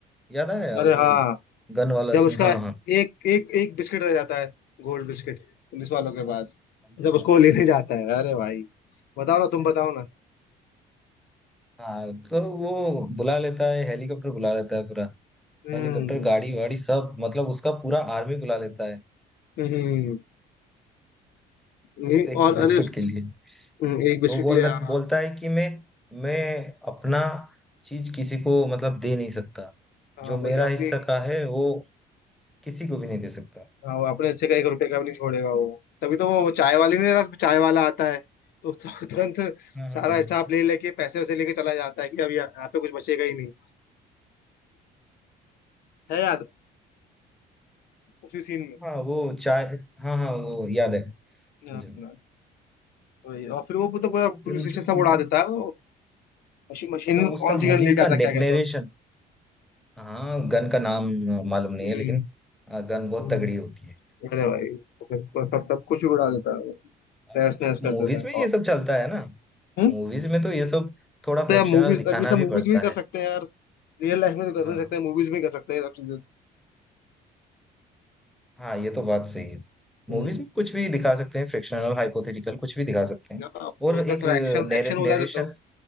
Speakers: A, in the centre; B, on the left.
A: याद आया
B: अरे
A: जो
B: हाँ
A: गन वाला
B: जब उसका
A: सीन हाँ हाँ
B: एक एक एक बिस्किट रह जाता है गोल्ड बिस्किट पुलिस वालों के पास
A: हाँ
B: जब उसको वो लेने जाता है अरे भाई बताओ ना तुम बताओ ना
A: हाँ, तो वो बुला लेता है हेलीकॉप्टर बुला लेता है पूरा
B: हम्म
A: हेलीकॉप्टर गाड़ी वाड़ी सब मतलब उसका पूरा आर्मी बुला लेता है
B: हम्म नहीं,
A: उस एक
B: और
A: बिस्किट
B: अरे उस-
A: के लिए
B: हम्म, एक बिस्किट
A: को बोल
B: ले आ
A: बोलता है कि मैं मैं अपना चीज किसी को मतलब दे नहीं सकता
B: हाँ
A: जो मेरा
B: भाई
A: हिस्सा
B: अपने
A: का है वो किसी को भी नहीं दे सकता
B: हाँ, अपने से का एक रुपए का भी नहीं छोड़ेगा वो तभी तो वो चाय वाले नहीं रहता चाय वाला आता है तो, <laughs> तो तुरंत
A: हाँ हाँ
B: सारा
A: हाँ
B: हिसाब ले लेके पैसे वैसे लेके चला जाता है कि अब यहाँ यहाँ पे कुछ बचेगा ही नहीं है याद उसी सीन में
A: हाँ वो चाय हाँ हाँ वो याद है मुझे
B: हाँ, हाँ, वही और फिर वो तो
A: तो
B: पूरा पुलिस
A: ये मतलब
B: स्टेशन सब उड़ा
A: ऐसा
B: देता है वो मशीन मशीन
A: तो उसका
B: कौन
A: मूवीज
B: सी गन लेके
A: का
B: आता
A: नरेशन
B: है, क्या कहते हो
A: हाँ गन का नाम अ, मालूम नहीं
B: हम्म
A: है लेकिन गन बहुत
B: हम्म।
A: तगड़ी होती है
B: अरे भाई तो फिर वो सब सब कुछ ही उड़ा देता है वो तहस
A: मूवीज
B: नहस कर
A: मूवीज
B: देता है
A: में ये
B: और
A: सब चलता है ना
B: हम्म
A: मूवीज में तो ये सब थोड़ा
B: तो
A: फ्रिक्शनल
B: यार मूवीज
A: दिखाना
B: अब ये सब
A: भी
B: मूवीज
A: पड़ता
B: भी कर
A: है
B: सकते हैं यार रियल लाइफ में तो कर
A: हाँ
B: नहीं सकते हैं मूवीज में कर सकते हैं ये सब चीजें
A: हाँ ये तो बात सही है
B: हम्म।
A: मूवीज में कुछ भी दिखा सकते हैं फ्रिक्शनल हाइपोथेटिकल कुछ भी दिखा सकते हैं
B: हाँ वही
A: और
B: तो
A: एक
B: फिर एक्शन एक्शन हो
A: नरेशन
B: जाता तो